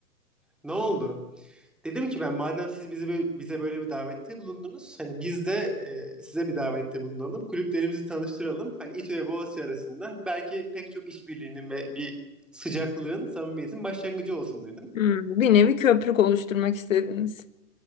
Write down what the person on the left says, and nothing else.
Hmm, Bir nevi köprük oluşturmak istediniz.